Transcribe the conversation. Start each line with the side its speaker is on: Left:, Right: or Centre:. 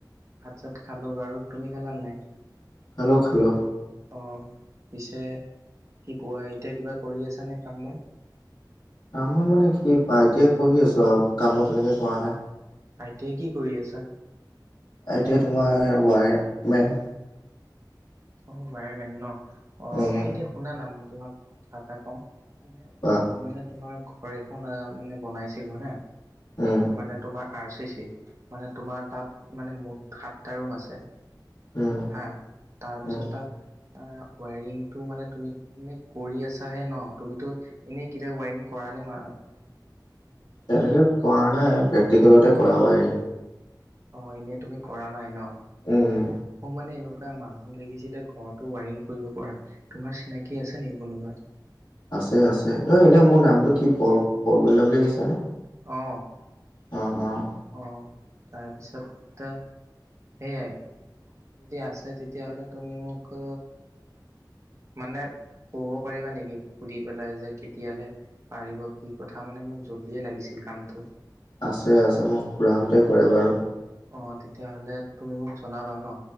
Right: ভাত চাত খালো বাৰু তুমি খালা নাই?
Left: খালো খালো।
Right: অ পিছে কি কোৱা এতিয়া কিবা কৰি আছা নে কাম বন?
Left: কাম বন মানে কি পোৱা আই টি আই পঢ়ি আছো আও কাম বন তেনেকে কৰা নাই।
Right: আই টি আই কি কৰি আছা?
Left: আই টি আই তোমাৰ ৱায়াৰমেন
Right: অ ৱায়ৰমেন ন অ
Left: উম
Right: এতিয়া শুনা না মই তোমাক কথা এটা কওঁ মানে
Left: কোৱা
Right: মোৰ মানে তোমাৰ ঘৰ এখন মানে বনাইছিলো হে
Left: উম
Right: মানে তোমাৰ আৰ চি চি মানে তোমাৰ তাত মানে মুঠ সাতটা ৰুম আছে।
Left: উম।
Right: হা তাৰপিছত
Left: উম
Right: তাত আ ৱায়ৰিংটো মানে তুমি এনে কৰি আছাহে ন তুমিতো এনেই কেতিয়াও ৱাইৰিং কৰা নে মা
Left: তেনেকে কৰা নাই প্ৰেক্টিকেলতে কৰাবাৰি।
Right: অ এনেই তুমি কৰা নাই ন?
Left: উম।
Right: মোৰ মানে এনেকুৱা মানুহ লাগিছিলে ঘৰৰতো ৱাৰিং কৰিব পৰা। তোমাৰ চিনাকি আছে নেকি কোনোবা?
Left: আছে আছে ঐ এনেই মোৰ নামটো কি পল পল বুলি ভাবিছানে?
Right: অ।
Left: অঁ অঁ।
Right: অঁ তাৰপিছত এতিয়া সেইয়াই যদি আছে তেতিয়াাহলে তুমি মোকো মানে কব পাৰিবা নেকি সুধি পেলাই যে কেতিয়ালে পাৰিব কি কথা মানে মোক জল্দিয়ে লাগিছিল কামটো।
Left: আছে আছে মোৰ খুৰাহঁতে কৰে বাৰু।
Right: অ তেতিয়াহ'লে তুমি মোক জনাবা ন?